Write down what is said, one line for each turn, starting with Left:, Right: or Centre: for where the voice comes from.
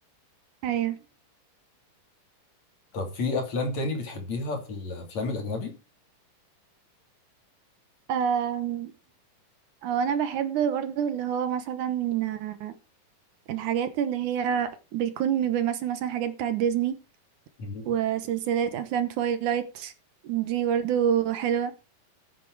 Right: أيوه
Left: طب في افلام تاني بتحبيها في الافلام الاجنبي
Right: أم، هو أنا بحب برضه اللي هو مثلا آه، الحاجات اللي هي بيكون بيمثل مثلا حاجات بتاعت ديزني
Left: مم.
Right: وسلسلة أفلام تويلايت دي برضو حلوة